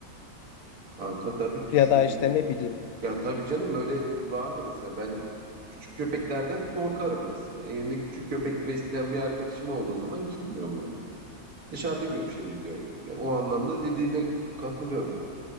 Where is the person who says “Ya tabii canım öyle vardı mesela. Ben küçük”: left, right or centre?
Right